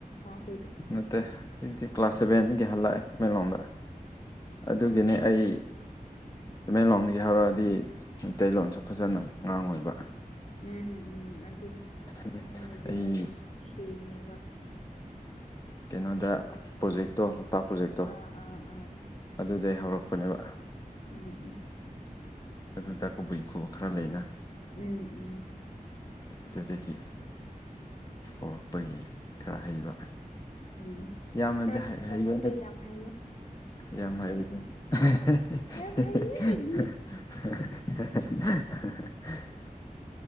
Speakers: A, on the left; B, on the left.
A: ꯏ
B: ꯅꯠꯇꯦ ꯍꯧꯖꯤꯛꯇꯤ ꯀ꯭ꯂꯥꯁ ꯁꯦꯚꯦꯟꯗꯒꯤ ꯍꯜꯂꯛꯑꯦ ꯁꯨꯃꯦꯟ ꯂꯣꯝꯗ ꯑꯗꯨꯒꯤꯅꯤ
A: ꯑꯣ ꯑꯣ.
B: ꯑꯩ ꯇꯃꯦꯦꯟ ꯂꯣꯟꯗꯒꯤ ꯍꯧꯔꯛꯑꯗꯤ ꯃꯩꯇꯩꯂꯣꯟꯁꯨ ꯐꯖꯅ ꯉꯥꯡꯉꯣꯏꯕ
A: ꯎꯝ ꯎꯝ ꯑꯗꯨꯅꯦ
B: ꯑꯗꯩ
A: ꯅꯪ ꯃꯩꯇꯩꯂꯣꯟ
B: ꯑꯩ
A: ꯁꯦꯡꯉꯦꯕ
B: ꯀꯩꯅꯣꯗ ꯄ꯭ꯔꯣꯖꯦꯛꯇꯣ ꯂꯣꯛꯇꯥꯛ ꯄ꯭ꯔꯣꯖꯦꯛꯇꯣ
A: ꯑꯥ ꯑꯥ ꯑꯥ
B: ꯑꯗꯨꯗꯒꯤꯩ ꯍꯧꯔꯛꯄꯅꯦꯕ
A: ꯎ
B: ꯑꯗꯨꯗ ꯀꯕꯩ ꯈꯨ ꯈꯔ ꯂꯩꯅ
A: ꯎꯝ ꯎꯝ
B: ꯑꯗꯨꯗꯒꯤ ꯍꯧꯔꯛꯄꯒꯤ ꯈꯔ ꯍꯩꯕ
A: ꯎꯝ
B: ꯌꯥꯝꯅꯗꯤ
A: ꯈꯔ ꯈꯛꯇ
B: ꯍꯩꯕ
A: ꯅꯠꯇꯦ ꯌꯥꯝ ꯍꯩꯌꯦ
B: ꯌꯥꯝ ꯍꯥꯏꯕꯗꯤ <unintelligible>
A: ꯌꯥꯝ ꯍꯩꯌꯦ